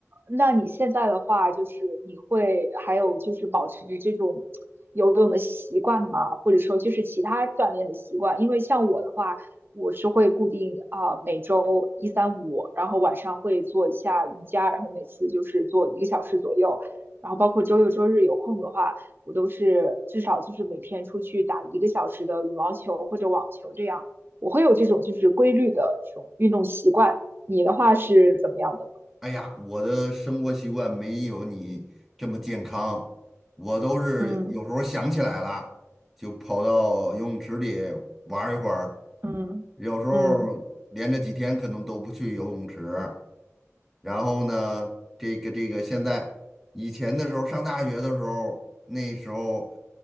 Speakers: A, on the right; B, in the centre.
A: 那你现在的话，就是你会还有就是保持着这种游泳的习惯吗？或者说就是其他锻炼的习惯？因为像我的话，我是会固定啊、每周一三五，然后晚上会做一下瑜伽，然后每次就是做一个小时左右，然后包括周六周日有空的话，我都是至少就是每天出去打一个小时的羽毛球或者网球这样。我会有这种就是规律的这种运动习惯。你的话是怎么样的呢？
B: 哎呀，我的生活习惯没有你这么健康，我都是有时候想起来了就跑到游泳池里玩儿一会儿，
A: 嗯嗯嗯
B: 有时候连着几天可能都不去游泳池。然后呢，这个这个，现在以前的时候上大学的时候，那时候